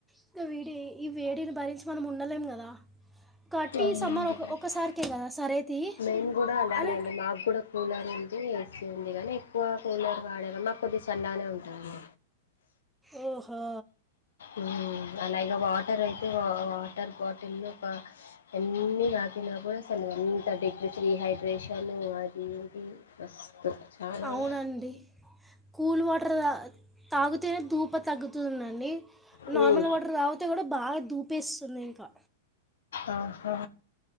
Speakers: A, in the centre; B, on the left.
A: ఇంక వేడి ఈ వేడిని భరించి మనం ఉండలేం కదా కాబట్టి
B: అవునండి
A: ఈ సమ్మర్ ఒక
B: కరక్టే
A: ఒకసారికే కదా సరే తీ
B: మేన్ కూడా అలానండి
A: అని
B: మాకు కూడా కూలర్ ఉం ఏసీ ఉంది కానీ ఎక్కువ కూలర్ వాడేమ మా కొద్ది చల్లనే ఉంటుంది
A: ఓహో
B: ఊ అలా ఇగ వాటర్ అయితే వాటర్ బాటిల్ ఒక ఎన్ని దాకిన డపుడసలు ఎంత డీగ్ర డీహైడ్రేషన్ అది టీబి మస్తు ఛానల్
A: అవునండి కూల్ వాటర్ తాగితేనే ధూప తగ్గుతుందండి
B: హ్మ్
A: నార్మల్ వాటర్ తాగితే కూడా బాగా దూపేస్తుంది ఇంకా
B: ఆహా